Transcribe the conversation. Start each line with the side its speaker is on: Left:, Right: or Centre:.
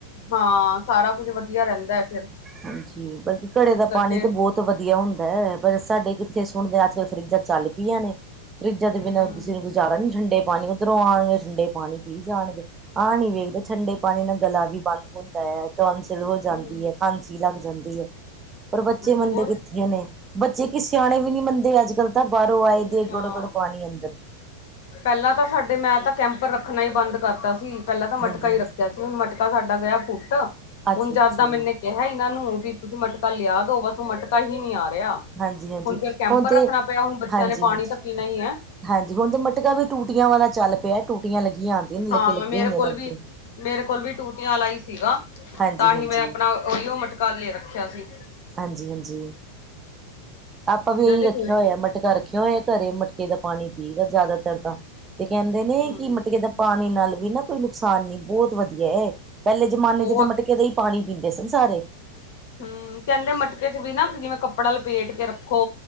Left: ਹਾਂ, ਸਾਰਾ ਕੁਝ ਵਧੀਆ ਰਹਿੰਦਾ ਹੈ ਫਿਰ।
Right: ਹਾਂਜੀ, ਬਲਕਿ ਘੜੇ
Left: ਇਸ
Right: ਦਾ
Left: ਕਰਕੇ
Right: ਪਾਣੀ ਤਾਂ ਬਹੁਤ ਤੋਂ ਵਧੀਆ ਹੁੰਦਾ ਹੈ, ਪਰ ਸਾਡੇ ਕਿੱਥੇ ਸੁਣਦੇ, ਅੱਜ-ਕੱਲ ਫਰਿਜਾਂ ਚੱਲ ਪਈਆਂ ਨੇ। ਫਰਿੱਜ਼ਾਂ
Left: ਹਮ
Right: ਦੇ ਬਿਨਾਂ, ਕਿਸੇ ਨੂੰ ਗੁਜ਼ਾਰਾ ਨੀ ਠੰਡੇ ਪਾਣੀ ਉਧਰੋਂ ਉਣਗੇ ਠੰਡੇ ਪਾਣੀ ਪੀ ਜਾਣਗੇ, ਆਹ ਨੀ ਵੇਖਦੇ, ਠੰਡੇ ਪਾਣੀ ਨਾਲ ਗਲਾ ਵੀ ਬੰਦ ਹੁੰਦਾ ਹੈ। ਟੋਂਸਿਲ ਹੋ ਜਾਂਦੀ
Left: ਹਮ
Right: ਹੈ, ਖਾਂਸੀ ਲੱਗ ਜਾਂਦੀ ਹੈ, ਪਰ ਬੱਚੇ
Left: ਹੋਰ
Right: ਮੰਨਦੇ ਕਿੱਥੇ ਨੇ? ਬੱਚੇ ਕਿ ਸਿਆਣੇ ਵੀ ਨੀ ਮੰਨਦੇ ਅੱਜ-ਕੱਲ ਤਾਂ, ਬਾਰੋ ਆਏ
Left: ਨਾ
Right: ਦੇ ਗਡ-ਗਡ ਪਾਣੀ ਅੰਦਰ।
Left: ਪਹਿਲਾਂ ਤਾਂ ਸਾਡੇ, ਮੈਂ ਤਾਂ ਕੈਂਪਰ ਰੱਖਣਾ ਹੀ ਬੰਦ ਕਰਤਾ ਸੀ, ਪਹਿਲਾਂ ਤਾਂ ਮਟਕਾ
Right: ਹਾਂਜੀ
Left: ਹੀ
Right: ਹਾਂਜੀ
Left: ਰੱਖਿਆ ਸੀ ਹੁਣ ਮਟ ਤਾ ਸਾਡਾ ਗਿਆ ਫੁੱਟ,
Right: ਅੱਛਾ
Left: ਹੁਣ
Right: ਅੱਛਾ
Left: ਜਦ ਦਾ ਮਨੇ ਕਿਹਾ ਇਹਨਾਂ ਨੂੰ, ਵੀ ਤੁਸੀਂ ਮਟਕਾ ਲਿਆ ਦੋ ਬਸ ਮਟਕਾ ਹੀ ਨਹੀਂ ਆ ਰਿਹਾ।
Right: ਹਾਂਜੀ-ਹਾਂਜੀ,
Left: ਫਿਰ ਕੈਂਪਰ
Right: ਹੁਣ ਤੇ
Left: ਰੱਖਣਾ ਪਿਆ ਹੁਣ ਬੱਚਿਆਂ
Right: ਹਾਂਜੀ।
Left: ਨੇ
Right: ਜੀ,
Left: ਪਾਣੀ
Right: ਹਾਂਜੀ-ਹਾਂਜੀ
Left: ਤਾਂ ਪੀਣਾ ਹੀ ਹੈ
Right: ਹੁਣ ਤੇ ਮਟਕਾ ਵੀ ਟੂਟੀਆਂ ਵਾਲਾ ਚੱਲ ਪਿਆ, ਟੂਟੀਆਂ ਲੱਗੀਆਂ ਨੇ
Left: ਹਾਂ,
Right: ਲੱਗੇ ਲੱਗੇ
Left: ਮੇਰੇ
Right: ਹੁੰਦੇ
Left: ਕੋਲ
Right: ਨੇ ਅੱਗੇ
Left: ਵੀ ਮੇਰੇ ਕੋਲ ਵੀ ਟੂਟੀਆਂ ਆਲਾ ਹੀ ਸੀਗਾ,
Right: ਹਾਂਜੀ
Left: ਤਾਂ ਹੀ
Right: ਹਾਂਜੀ
Left: ਮੈਂ ਆਪਣਾ ਓਹੀ ਓ ਮਟਕਾ ਲੈ ਰੱਖਿਆ ਸੀ।
Right: ਹਾਂਜੀ-ਹਾਂਜੀ। ਆਪਾਂ
Left: ਜਿਹਦਾ
Right: ਵੀ ਇਹੀ
Left: ਚ
Right: ਰੱਖਿਆ
Left: ਟੂਟੀ
Right: ਹੋਇਆ, ਮਟਕਾ ਰੱਖਿਆ ਹੋਇਆ ਘਰੇ, ਮਟਕੇ ਦਾ ਪਾਣੀ ਪੀਦਾ ਜ਼ਿਆਦਾ ਤਰ ਤਾਂ। ਤੇ ਕਹਿੰਦੇ ਨੇਂ
Left: ਹਮ
Right: ਕਿ ਮਟਕੇ ਦਾ ਪਾਣੀ ਨਾਲ ਵੀ ਨਾਂ ਕੋਈ ਨੁਕਸਾਨ ਨੀ ਬਹੁਤ ਵਧੀਆ ਏ। ਪਹਿਲੇ ਜਮਾਨੇ
Left: ਬਹੁਤ
Right: ਚ ਤਾਂ ਮਟਕੇ ਦਾ ਈ ਪਾਣੀ ਪੀਂਦੇ ਸਨ ਸਾਰੇ।
Left: ਹੂੰ, ਕਹਿੰਦੇ ਮਟਕੇ ਚ' ਵੀ ਨਾ ਜਿਵੇਂ ਕੱਪੜਾ ਲਪੇਟ ਕੇ ਰੱਖੋ।